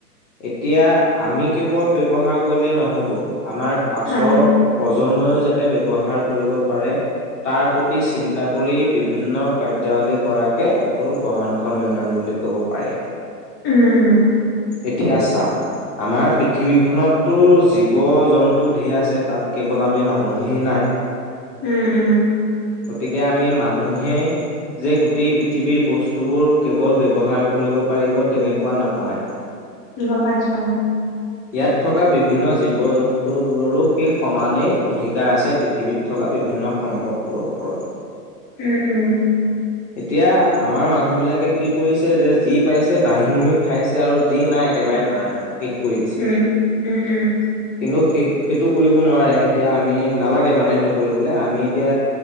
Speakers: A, on the left; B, on the left.
A: এতিয়া আমি কেৱল ব্যৱহাৰ কৰিলে নহ'ব, আমাৰ পাছৰ
B: অ
A: প্ৰজন্মইও, যাতে ব্যৱহাৰ কৰিব পাৰে, তাৰ প্ৰতি চিন্তা কৰি বিভিন্ন -কাৰ্যাৱলী কৰাকে তোৰ বহনক্ষম উন্নয়ন বুলি কব পাৰি।
B: উম', - উম',
A: এতিয়া চা', আমাৰ পৃথিৱীখনততো জীৱ জন্তু ঢেৰ আছে তাত কেৱল আমি মানুহেই নাই,
B: উম-উম।
A: গতিকে আমি মানুহেই যে গোটেই পৃথিৱীৰ বস্তুবোৰ কেৱল ব্যৱহাৰ কৰিব পাৰিব, তেনেকুৱা নহয়।
B: গম পাইছো,
A: ইয়াত থকা বিভিন্ন জীৱ-জন্তুবোৰৰো সেই- সমানেই অধিকাৰ আছে, পৃথিৱীত থকা বিভিন্ন সম্পদবোৰৰ ওপৰত।
B: উম', - উম',
A: এতিয়া আমাৰ মানুহ বিলাকে কি কৰিছে ', যে- যি পাইছে দাঙি - মুহি খাইছে আৰু যি', - নাই -একেবাৰে নাই আৰু, কৰি দিছে।
B: উম-উম-উম,
A: কিন্তু সেই সেইটো কৰিব নোৱাৰে, এতিয়া আমি নালাগে মানে সেইটো কৰিবলৈ আমি এতিয়া